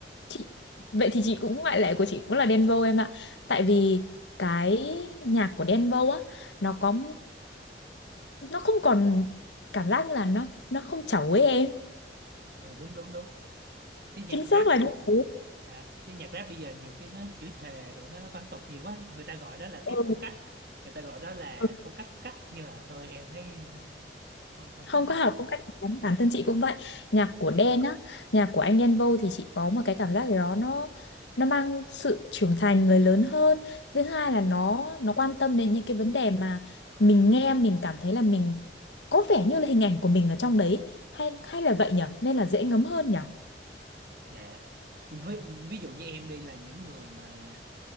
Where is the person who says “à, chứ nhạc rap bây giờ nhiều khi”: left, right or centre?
Right